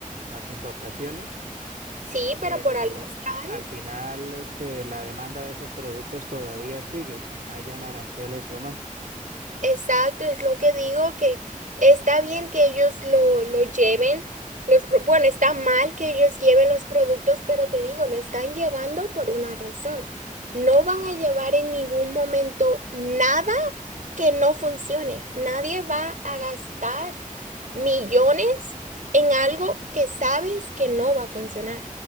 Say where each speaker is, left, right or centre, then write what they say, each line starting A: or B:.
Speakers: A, on the right; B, on the right.
A: las importaciones,
B: Sí,
A: pero
B: pero por algo están.
A: al final este, la demanda de esos productos todavía sigue, hayan aranceles o no.
B: Exacto, es lo que digo, que está bien que ellos lo, lo lleven, los, pro- bueno, está mal que ellos lleven los productos, pero te digo, lo están llevando por una razón. No van a llevar en ningún momento nada que no funcione. Nadie va a gastar millones en algo que sabes que no va a funcionar.